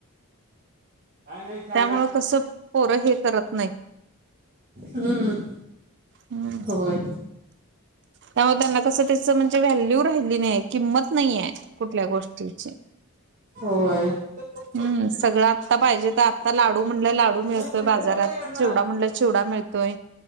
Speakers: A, on the right; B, on the right.
A: काय नाही त्यांना
B: त्यामुळं कसं पोरं हे करत नाही.
A: हम्म
B: हम्म
A: होय.
B: त्यामुळे त्यांना कसं त्याचा म्हणजे व्हॅल्यू राहिली नाही किंमत नाहीये कुठल्या गोष्टीची.
A: होय.
B: हम्म
A: असं
B: सगळं आत्ता पाहिजे तर आत्ता लाडू म्हणलं लाडू मिळतोय
A: पडलं
B: बाजारात
A: तर काय करणार?
B: चिवडा म्हणलं चिवडा मिळतोय